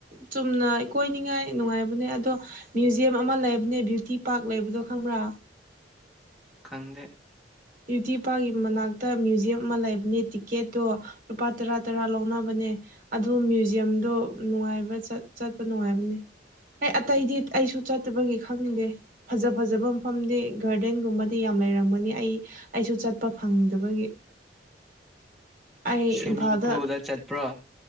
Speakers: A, on the right (about 50°); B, in the centre.
A: ꯆꯨꯝꯅ ꯏꯀꯣꯏꯅꯤꯉꯥꯏ ꯅꯨꯡꯉꯥꯏꯕꯅꯦ ꯑꯗꯣ ꯃ꯭ꯌꯨꯖꯌꯝ ꯑꯃ ꯂꯩꯕꯅꯦ ꯕ꯭ꯌꯨꯇꯤ ꯄꯥꯛ ꯂꯩꯕꯗꯣ ꯈꯪꯕ꯭ꯔꯥ
B: ꯈꯪꯗꯦ
A: ꯕ꯭ꯌꯨꯇꯤ ꯄꯥꯔꯀꯤ ꯃꯅꯥꯛꯇ ꯃ꯭ꯌꯨꯖꯤꯌꯝ ꯑꯃ ꯂꯩꯕꯅꯦ ꯇꯤꯀꯦꯠꯇꯣ ꯂꯨꯄꯥ ꯇꯔꯥ ꯇꯔꯥ ꯂꯧꯅꯕꯅꯦ ꯑꯗꯨ ꯃ꯭ꯌꯨꯖꯤꯌꯝꯗꯣ ꯅꯨꯡꯉꯥꯏꯕ ꯆꯠ ꯆꯠꯄ ꯅꯨꯡꯉꯥꯏꯕꯅꯦ ꯑꯩ ꯑꯇꯩꯗꯤ ꯑꯩꯁꯨ ꯆꯠꯇꯕꯒꯤ ꯈꯪꯗꯦ ꯐꯖ ꯐꯖꯕ ꯃꯐꯝꯗꯤ ꯒꯥꯔꯗꯦꯟꯒꯨꯝꯕꯗꯤ ꯌꯥꯝ ꯂꯩꯔꯝꯒꯅꯤ ꯑꯩ ꯑꯩꯁꯨ ꯆꯠꯄ ꯐꯪꯗꯕꯒꯤ ꯑꯩ
B: ꯁ꯭ꯋꯤꯃꯤꯡ
A: ꯏꯝꯐꯥꯜꯗ
B: ꯄꯨꯜꯗ ꯆꯠꯄ꯭ꯔꯥ